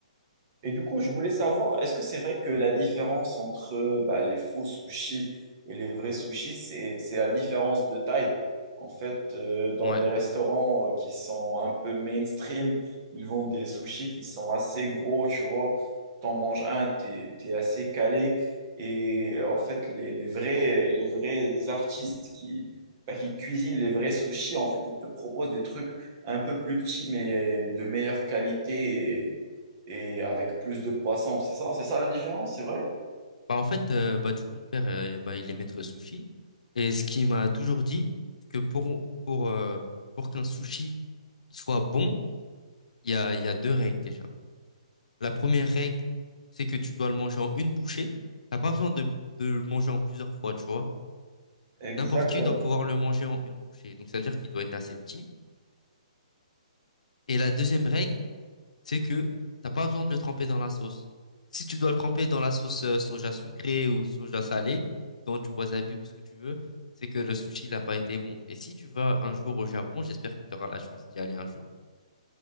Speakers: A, on the right (about 20°); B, on the left (about 85°).
A: Et du coup, je voulais savoir, est-ce que c'est vrai que la différence entre bah, les faux sushis et les vrais sushis, c'est, c'est la différence de taille? En fait, euh, dans
B: Ouais.
A: les restaurants euh, qui sont un peu mainstream, ils vendent des sushis qui sont assez gros, tu vois. T'en manges un, t'es, t'es assez calé. Et euh, en fait, les, les vrais, les vrais artistes qui, bah, qui cuisinent les vrais sushis, en fait, ils te proposent des trucs un peu plus petits, mais de meilleure qualité et avec plus de poissons. C'est ça, c'est ça la différence, c'est vrai?
B: Bah en fait, euh, bah du coup, mon père, euh, bah, il est maître sushi. Et ce qu'il m'a toujours dit, c'est que pour, pour, euh, pour qu'un sushi il soit bon, il y a, il y a deux règles déjà. La première règle, c'est que tu dois le manger en une bouchée. T'as pas besoin de, de le manger en plusieurs fois, tu vois.
A: Exactement.
B: N'importe qui doit pouvoir le manger en une bouchée. Donc, ça veut dire qu'il doit être assez petit. Et la deuxième règle, c'est que t'as pas besoin de le tremper dans la sauce. Si tu dois le tremper dans la sauce euh, soja sucrée ou soja salée, dans du wasabi ou ce que tu veux, c'est que le sushi n'a pas été bon. Et si tu vas un jour au Japon, j'espère que tu auras la chance d'y aller un jour.